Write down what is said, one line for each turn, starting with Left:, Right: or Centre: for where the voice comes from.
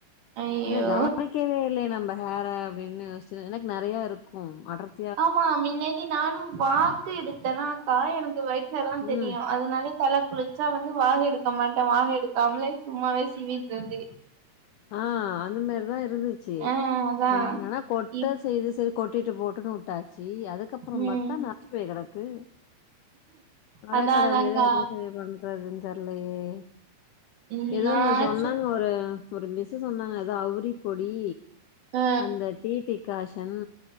Right: ஐயோ
Left: ஹே கவனிக்கவே இல்லையே நம்ம ஹேர அப்படின்னு யோச்சு எனக்கு நெறைய இருக்கும் அடர்
Right: ஆமா மின்னாடி நானு வாக்கு எடுத்தேன்னா அக்கா எனக்கு ஒய்ட் ஹேரல்லாம் தெரியும்
Left: ம்
Right: அதனாலே தல குளிச்சா வந்து வாகு எடுக்க மாட்டேன் வாகு எடுக்காமலே சும்மாவே சிவிர்தது
Left: ஆ அந்த மேதிரிதான் இருந்துச்சு
Right: ஆ அதா
Left: என்னன்னா கொட்ட
Right: இப்
Left: செய்து செரி கொட்டிட்டு போட்டுன்னு வுட்டாச்சு அதுக்கப்பறம்
Right: ம்
Left: பாத்தா நரச்சு போய் கெடக்கு அட
Right: அதா
Left: கடவுளே
Right: அதான்க்கா
Left: இத எப்டி செரி பண்றதுன் தெர்லையே
Right: ம்
Left: எதோ
Right: நா
Left: இந்த சொன்னாங்க
Right: சு
Left: ஒரு ஒரு மிஸ்ஸு சொன்னாங்க அது அவுரி பொடி
Right: ஆ
Left: அந்த டீ டிகாஷன்